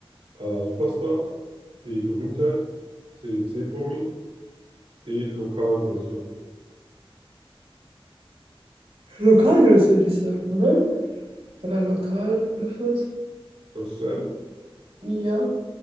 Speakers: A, on the right; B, on the right.
A: A. Superstar, B. Berühmtheit, C. C-Promi, D. Lokalgröße.
B: Lokalgröße würde ich sagen, oder? Oder lokal öffnet.
A: Lockst du es ein?
B: Ja.